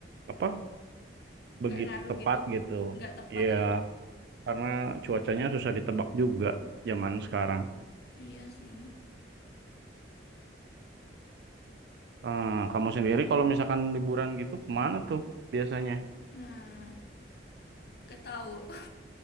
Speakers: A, on the right (about 60°); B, on the left (about 55°).
A: apa
B: nggak
A: begitu
B: ngaruh
A: tepat
B: gitu
A: gitu.
B: nggak tepat
A: Iya,
B: ya.
A: karena cuacanya susah ditebak juga zaman sekarang.
B: Iya sih ini.
A: Eh, kamu sendiri kalau misalkan liburan gitu kemana tuh biasanya?
B: Nah Gak tahu. <laughs>